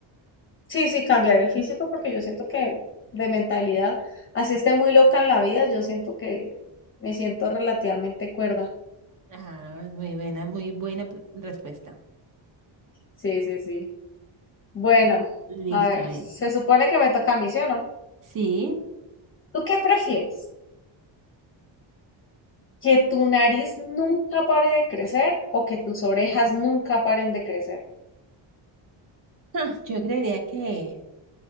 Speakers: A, on the left (about 25°); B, on the right (about 40°).
A: Sí, sí, cambiar el físico porque yo siento que de mentalidad, así esté muy loca en la vida, yo siento que me siento relativamente cuerda.
B: Ah, muy buena, muy buena pr- respuesta.
A: Sí, sí, sí. Bueno,
B: Listo,
A: a ver,
B: a ver.
A: se supone que me toca a mí, ¿sí o no?
B: Sí.
A: ¿Tú qué prefieres? ¿Que tu nariz nunca pare de crecer o que tus orejas nunca paren de crecer?
B: Ah, Yo creería que,